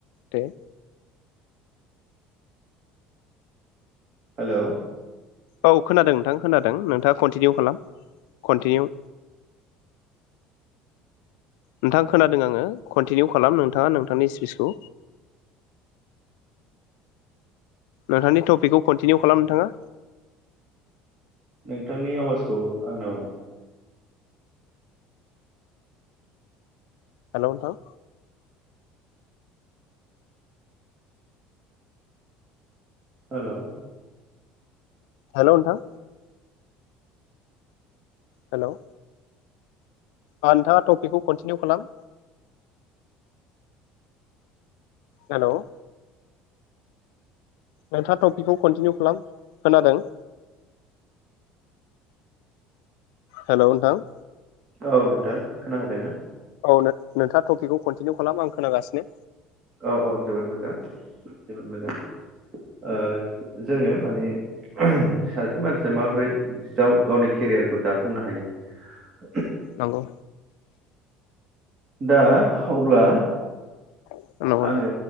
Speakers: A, on the left (about 85°); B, on the right (about 40°).
A: दे।
B: हेलौ।
A: औ खोनादों नोंथां खोनादों नोंथां। कन्टिनिउ खालाम कन्टिनिउ। नोंथां खोनादों आङो कनटिनिउ खालाम नोंथाङा नों पनि स्पिसखौ। नोंथांनि टपिकखौ कन्टिनिउ खालाम नोंथाङा।
B: नोंथांनि आवाजखौ आंनाव
A: हेलौ नोंथां।
B: हेलौ।
A: हेल' नोंथां हेलौ नोंथाङा टपिकखौ कन्टिनिउ खालाम हेल' नोंथाङा टपिकखौ कन्टिनिउ खालाम खोनादों। हेल' नोंथां
B: औ नोंथां खोना हादों ना?
A: औ नोंथाङा टपिकखौ कन्टिनिउ खालाम आं खोनागासिनो।
B: औ औ जोबोद मोजां जोबोद मोजां ओ जोङो माने सासे मानसिया माबोरै जाव गावनि केरियारखौ दाफुंनो हायो।
A: नंगौ
B: दा अब्ला
A: नंगौ नोंथां
B: आङो